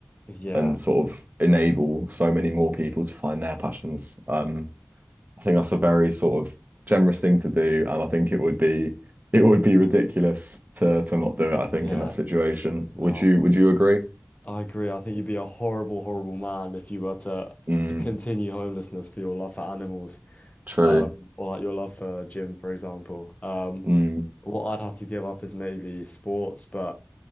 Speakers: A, on the left (about 35°); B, on the right (about 40°).
A: Yeah,
B: and sort of enable so many more people to find their passions. Um, I think that's a very sort of generous thing to do, and I think it would be it would be ridiculous to to not do it, I think,
A: yeah,
B: in that situation.
A: no,
B: Would you would you agree?
A: I agree. I think you'd be a horrible, horrible man if you were to
B: Mm,
A: continue homelessness for your love for animals,
B: true.
A: um, or like your love for gym, for example. Um,
B: Mm,
A: what I'd have to give up is maybe sports, but